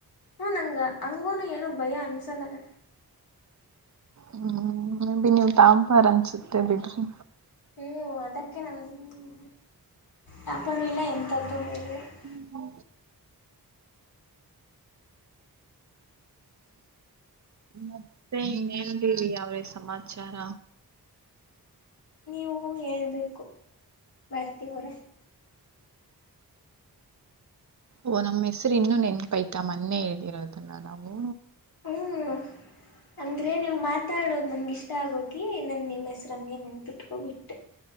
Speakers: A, on the left (about 65°); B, on the right (about 45°).
A: ಹ್ಞಂ ನಂಗ ಹಂಗೂ ಏನು ಭಯ ಅನ್ಸೋಲ್ಲಲ್ಲ
B: ಹ್ಮ್ ಮೇಬಿ ನೀವ ಟಾಪರ್ ಪರ್ ಅನ್ಸುತ್ತೆ ಬಿಡ್ರಿ
A: ಹ್ಮಞೂ ಅದಕ್ಕೆ ನನ್ನ ಟಾಪರ್ ಇಲ್ಲ ಎಂಥದ್ದ ಇಲ್ಲ <unintelligible>
B: ಹ್ಮ <inaudible> ಮತ್ತೆ ಇನ್ನೇನ್ ಅಂತೀರಿ ಯಾವುದೇ ಸಮಾಚಾರ
A: ನೀವು ಹೇಳೇಬೇಕು ಬರ್ತೀವ್ರ
B: ಓ ನಮ್ಮ ಹೆಸರು ಇನ್ನೂ ನೆನಪಯ್ತಾ ಮೊನ್ನೆ ಹೇದಿರೋದಲ್ಲ ನಾವು
A: ಹ್ಮ್ ಅಂದ್ರೆ ನೀವು ಮಾತಾಡೋದು ನಂಗ್ ಇಷ್ಟ ಆಗೋಗಿ ನನ್ ನಿಮ್ಮ ಹೆಸ್ರ ಹಂಗೆ ನೆನ್ಪಿಟ್ಕೊ ಬಿಟ್ಟೆ.